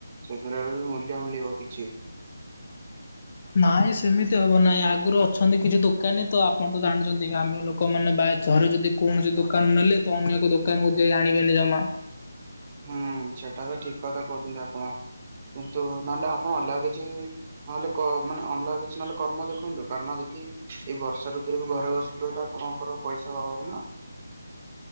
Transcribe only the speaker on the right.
ସେଗୁରା ବି ମୂଲ୍ୟ ମିଲିବ କିିଛି।
ହୁଁ ସେଟା ତ ଠିକ କଥା କହୁଛନ୍ତି ଆପଣ କିନ୍ତୁ ନହେଲେ ଆପଣ ଅଲଗା କିଛି ନହେଲେ ମାନେ ଅଲଗା କିଛି ନହେଲେ କର୍ମ ଦେଖନ୍ତୁ କାରଣ ଯଦି ଏଇ ବର୍ଷା ଋତୁରେ ବି ଘରେ ହୁଏତ ଆପଣଙ୍କର ପଇସା ଅଭାବ ନା?